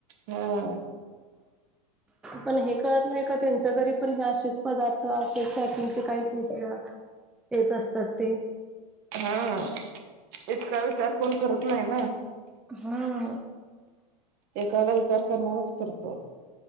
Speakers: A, on the right; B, in the centre.
A: हा.
B: पण हे कळत नाही का त्यांच्या घरी पण हे असेच पदार्थ अशाच पॅकिंगचे काही <unintelligible> पेत असतात ते.
A: हा, इतका विचार कोण करत नाही ना.
B: हा.
A: एखादा विचार करणाराच करतो.